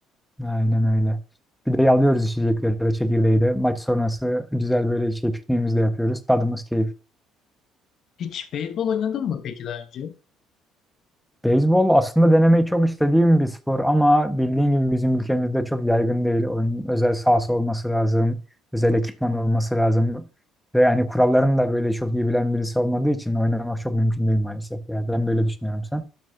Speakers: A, in the centre; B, on the left (about 60°).
A: Aynen öyle. Bir de yalıyoruz içecekleri de çekirdeği de. Maç sonrası güzel böyle şey pikniğimizi de yapıyoruz. Tadımız keyif.
B: Hiç beyzbol oynadın mı peki daha önce?
A: Beyzbol aslında denemeyi çok istediğim bir spor ama bildiğin gibi bizim ülkemizde çok yaygın değil. Onun özel sahası olması lazım. Özel ekipman olması lazım. Ve yani kurallarını da böyle çok iyi bilen birisi olmadığı için oynamak çok mümkün değil maalesef. Yani ben böyle düşünüyorum sen.